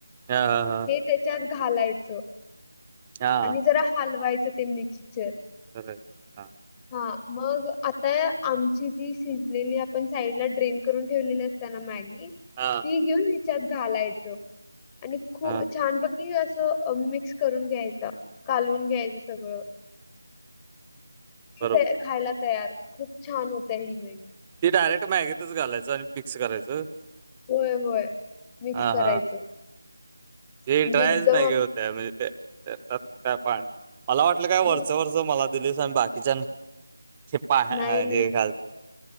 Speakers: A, on the right; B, on the left.
A: हा हा हा
B: हे त्याच्यात घालायचं.
A: हा
B: आणि जरा हलवायचं ते मिक्चर
A: र हा
B: हा मग आता आमची जी शिजलेली आपण साईड ला ड्रेन करून ठेवलेली अस त्यांना मॅगी
A: हां
B: ती घेऊन ह्याच्यात घालायच आणि खू
A: हा
B: छान प कि असं मिक्स करून घ्यायचा कालून घ्यायचं सगळं <unintelligible>
A: बरोबर
B: खायला तयार खूप छान होत ही मॅगी.
A: ती डायरेक्ट माॅगेतच घालायचं आणि मिक्स करायचं.
B: होय, होय मिक्स
A: हा
B: करायचं
A: हा हे
B: म्हणजे
A: ड्राय
B: एकदम
A: च मॅगी
B: आप-
A: होत <unintelligible> महणजे ते काय पाणी मला वाटलं काय वरच
B: हो
A: वर. मला दिलीस आणि बाकीच्या पा
B: नाही, नाही.
A: जे खा